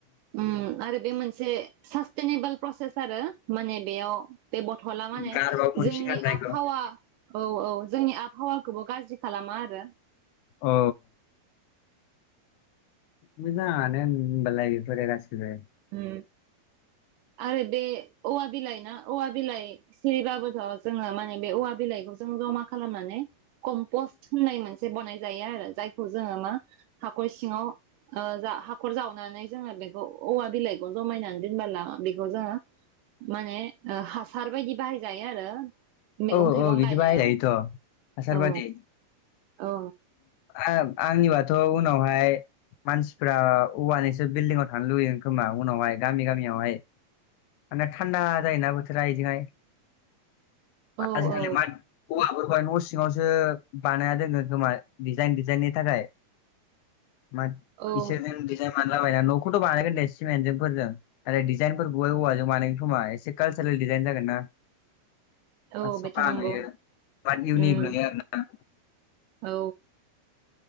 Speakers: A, on the right; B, on the left.
A: उम आरो बे मोनसे सासटेनेबोल प्रसेस आरो माने बेयाव बे बथला माने
B: गारबाबो मोनसिगोन
A: जोंनि
B: जायखौ
A: आबहावा औ-औ जोंनि आब हावाखौबो गाज्रि खालामा आरो।
B: औ। मोजांङानो होन-होनबालाय बेफोरो गासिबो।
A: उम। आरो बे औवा बिलाइ ना औवा बिलाइ सिरिबाबोथ' जोंङो माने बे औवा बिलाइखौ। जों जमा खालामनानै कम्पस होननाय मोन से बनाय जायो आरो जायखौ जोंङो मा हाखर सिङाव ओ जा हाखर जावनानै जोङो बेखौ औवा बिलाइखौ जमायनानै दोनबोला बेखौ जोङो माने ओ हासार बायदि बाहायजायो आरो। मैगं
B: औ-औ
A: थाइगं
B: बिदि
A: गायनायाव
B: बाहाय जायोथ' हासार
A: औ
B: बादि।
A: औ
B: आब आंनिबाथ' उनावहाय मानसिफ्रा औवानिसो बिल्दिङाव थानो लुबैगोन खोमा उनावहाय गामि गामियावहाय। माने थान्दा जायोना बोथोरा एजोंहाय।
A: औ
B: आजिखालि
A: औ
B: मा <inaudible> <unintelligible> न' सिङावसो बानाया दोनङो खोमा डिजाइन डिजाइननि थाखाय। मा
A: औ
B: इसोरजो <unintelligible> मा लाबायना न'खौथ' बानायगोन दे सिमेन्टजोंफोरजों नाथाय डजाइनफोर गुबाय औवाजों बानायगोन खोमा एसे कालसारेल दि जायन जागोन ना।
A: <unintelligible>
B: साफा
A: बेथ' नंगौ
B: नुयो बा इउनिक
A: उम
B: नुयो आरो ना।
A: औ।